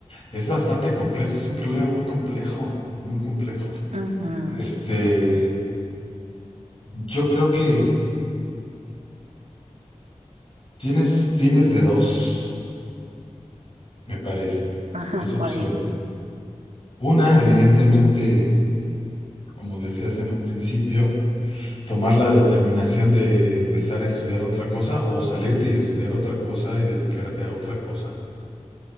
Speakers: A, on the left (about 50°); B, on the right (about 80°).
A: Es bastante complejo, es un problema muy complejo, muy complejo.
B: Ujú,
A: Este, yo creo que Tienes, tienes de dos, me parece,
B: Ajá,
A: dos opciones.
B: ¿cuál?
A: Una, evidentemente, como decías en un principio, tomar la determinación de empezar a estudiar otra cosa o salirte y estudiar otra cosa y dedicarte a otra cosa,